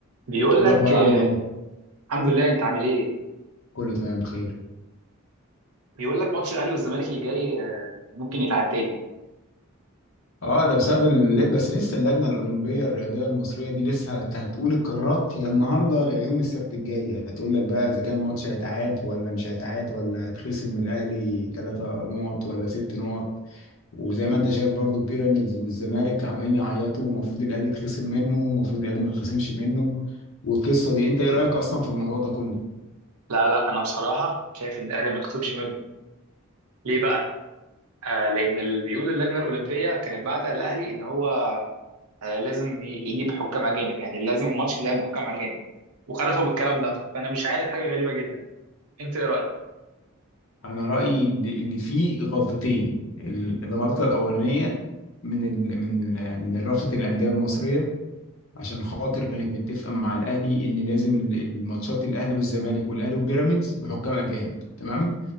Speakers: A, on the right; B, on the left.
A: بيقول
B: ايه
A: لك
B: الاخبار
A: آه،
B: عامل ايه
A: الحمد لله انت عامل ايه
B: كله تمام بخير
A: بيقول لك ماتش الاهلي والزمالك الجاي آه، ممكن يتعاد تاني
B: اه ده بسبب ال... بس لسه اللجنه الاولمبيه الرياضيه المصريه دي لسه هت... هتقول القرارات يا النهارده يا يوم السبت الجاي هتقول لك بقى اذا كان الماتش هيتعاد ولا مش هيتعاد ولا هيتخصم من الاهلي ثلاثة نقط ولا ست نقط وزي ما انت شايف برضو بيراميدز والزمالك عمالين يعيطوا ومفروض الاهلي يتخصم منه ومفروض الاهلي ما يتخصمش منه والقصه دي انت ايه رايك اصلا في الموضوع ده كله
A: لا لا انا بصراحه شايف ان الاهلي ما يتخصمش منه ليه بقى آه لان اللي بيقول اللجنه الاولمبيه كانت بعت الاهلي ان هو آه لازم ي- يجيب حكام اجانب يعني لازم الماتش يتلعب بحكام اجانب وخلفوا بالكلام ده فانا مش عارف حاجه غريبه جدا انت ايه رايك
B: انا رايي ان إن في غلطتين ال- الغلطه الاولانيه من ال من ال من رابطه الانديه المصريه عشان خاطر كانت متفقه مع الاهلي ان لازم ال- الماتشات الاهلي والزمالك والاهلي وبيراميدز بحكام اجانب تمام